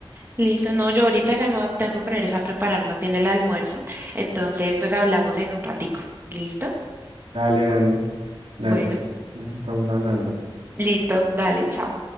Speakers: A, on the right (about 25°); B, on the right (about 80°).
A: listo. No, yo ahorita ya me va- tengo que poner es a preparar más bien el almuerzo. Entonces, pues hablamos en un ratico. ¿Listo?
B: Dale, dale, dale.
A: Bueno,
B: Nos estamos hablando.
A: listo. Dale, chao.